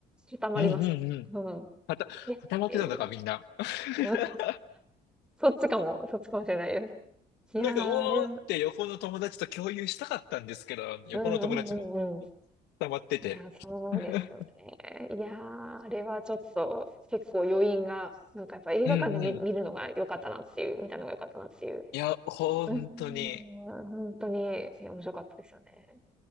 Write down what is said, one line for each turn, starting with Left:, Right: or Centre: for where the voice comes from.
Centre: 固まります。
Left: うんうんうん。
Centre: うん。
Left: はた、
Centre: えっていう。
Left: 働けたのか、みんな。<laughs>
Centre: うん。そっちかも、そっちかもしれないです。いやー、
Left: なんか、うおーって横の友達と共有したかったんですけど、
Centre: あれは
Left: 横の友達も
Centre: うんうんうんうん。
Left: 溜まってて。
Centre: いや、そうですよね。
Left: <laughs>
Centre: いやー、あれはちょっと結構余韻が、なんかやっぱ映画館で見、
Left: うんうん。
Centre: 見るのが良かったなっていう、見たのが良かったなっていう。
Left: いや、本当に、
Centre: うーん、本当に、いや、面白かったですよね。